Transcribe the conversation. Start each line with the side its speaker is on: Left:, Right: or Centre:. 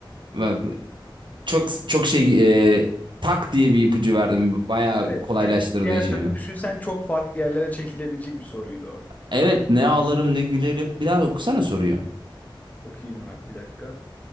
Right: Bak, Çok çok şey e, tak diye bir ipucu verdim. Bayağı
Left: Evet.
Right: kolaylaştırdı
Left: Çünkü diğer
Right: işimi.
Left: türlü düşünsen çok farklı yerlere çekilebilecek bir soruydu o.
Right: Evet ne ağlarım ne gülerim. Bir daha okusana soruyor.
Left: Okuyayım abi bir dakika.